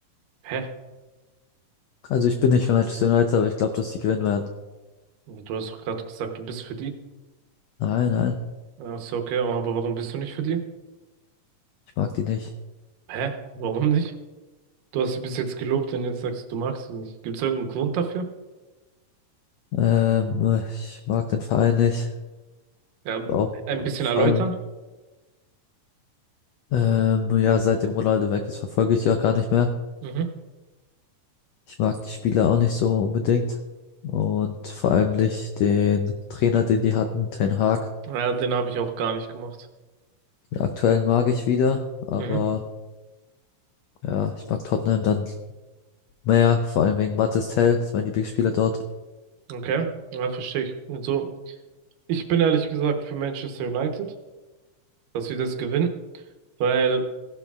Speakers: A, on the right (about 85°); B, on the left (about 85°).
A: Hä?
B: Also ich bin nicht für Manchester United, aber ich glaube, dass die gewinnen werden.
A: Du hast doch gerade gesagt, du bist für die.
B: Nein, nein,
A: Ach so, okay. Aber warum bist du nicht für die?
B: ich mag die nicht.
A: Hä? Warum nicht? Du hast sie bis jetzt gelobt und jetzt sagst du, du magst sie nicht. Gibt es irgendeinen Grund dafür?
B: Ähm, ich mag den Verein nicht.
A: Ja,
B: Auch
A: ein bisschen
B: vor
A: erläutern?
B: allem, ähm, ja, seitdem Ronaldo weg ist, verfolge ich die auch gar nicht mehr.
A: Mhm.
B: Ich mag die Spieler auch nicht so unbedingt. Und vor allem nicht den Trainer, den die hatten, Ten Hag.
A: Ja, den habe ich auch gar nicht gemacht.
B: Den aktuellen mag ich wieder, aber
A: Mhm.
B: ja, ich mag Tottenham dann mehr, vor allem wegen Mathys Tel, ist mein Lieblingsspieler dort.
A: Okay. Ja, verstehe ich. Und so. Ich bin ehrlich gesagt für Manchester United, dass wir das gewinnen, weil